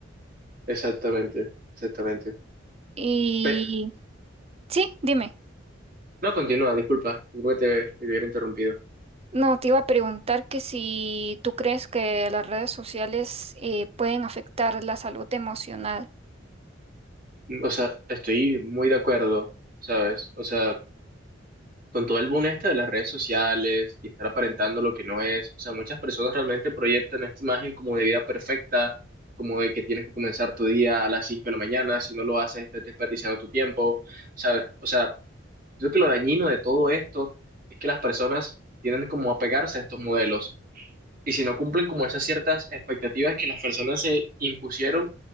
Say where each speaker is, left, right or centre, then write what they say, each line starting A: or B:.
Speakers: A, on the right; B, on the right.
A: Exactamente, exactamente.
B: Y
A: Pe-
B: sí, dime,
A: no, continúa, disculpa, disculpa que te, te hubiera interrumpido.
B: no, te iba a preguntar que si tú crees que las redes sociales eh, pueden afectar la salud emocional.
A: O sea, estoy muy de acuerdo, ¿sabes? O sea, con todo el boom este de las redes sociales y estar aparentando lo que no es, o sea, muchas personas realmente proyectan esta imagen como de vida perfecta, como de que tienes que comenzar tu día a las 5 de la mañana, si no lo haces, estás desperdiciando tu tiempo, ¿sabes? O sea, creo que lo dañino de todo esto es que las personas tienden como a pegarse a estos modelos Y si no cumplen como esas ciertas expectativas que las personas se impusieron,